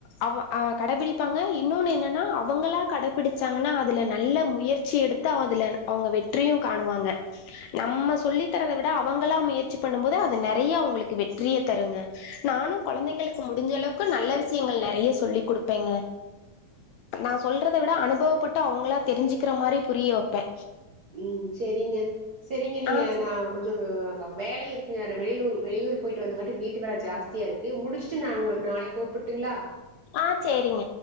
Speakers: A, on the left; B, on the right.
A: அவு அ கடபிடிப்பாங்க இன்னுன்னு என்னான அவுங்களா கடபிடிச்சாங்கன்னா அதுல நல்ல முயற்சி எடுத்து அதுல அவுங்க வெற் டிரிம் காணுவாங்க நம்ம சொல்லி தறத விட அவங்களா முயற்சி பண்ணும் போது அது நெறைய அவுங்களுக்கு வெற்றிய தருங்க நானு கொழந்தைங்களுக்கு முடிஞ்ச அளவுக்கு நல்ல விஷயங்கள் நெறைய சொல்லி் கொடுப்பேங்க நா சொல்றத விட அனுபவப்பட்டு அவுங்களா தெரிஞ்சுக்கிற மாரி புரிய வப்பே
B: உம் சரிங்க சரிங்க நீங்க
A: ஆ
B: நா கொஞ்ச வேல இருக்குங்க வெளூர் வெளியூர் போயிட்டு வந்தங்காட்டி வீட்டு வேல ஜாஸ்தியா ருக்கு முடிச்சுட்டு நா உங்களுக்கு நாளைக் கூப்பிட்டுங்களா
A: ஆ சேரிங்க